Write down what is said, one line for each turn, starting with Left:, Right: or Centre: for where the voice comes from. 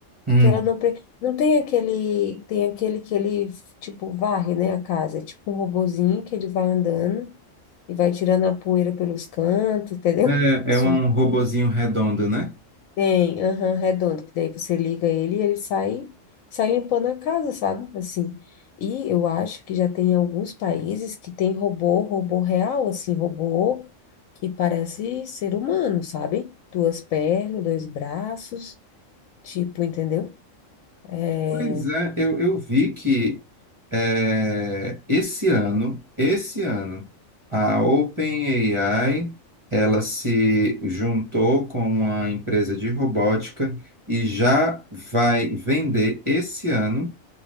Right: Hum.
Left: Que ela não. pre- Não tem aquele. Tem aquele que ele, tipo, varre, né, a casa. É tipo um robozinho que ele vai andando e vai tirando a poeira pelos cantos, <laughs> entendeu?
Right: É,
Left: Sujeira.
Right: é um robozinho redondo, né?
Left: Tem, aham, redondo, que daí você liga ele e ele sai, sai limpando a casa, sabe? Assim. E eu acho que já tem alguns países que tem robô, robô real, assim, robô que parece ser humano, sabe? Duas pernas, dois braços, tipo, entendeu? É...
Right: Pois é, eu, eu vi que é, esse ano, esse ano, a OpenAI, ela se juntou com uma empresa de robótica e já vai vender esse ano